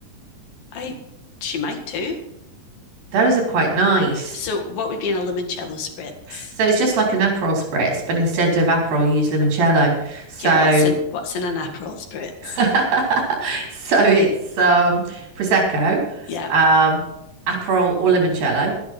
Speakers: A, on the left; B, on the right.
A: I she might do.
B: Those are quite nice.
A: So, what would be in a limoncello spritz?
B: So it's just like an Aperol spritz, but instead of Aperol, you use limoncello. So,
A: Okay, what's in what's in an aperol spritz?
B: <laughs> so it's um, Prosecco,
A: Yeah,
B: um, Aperol or limoncello,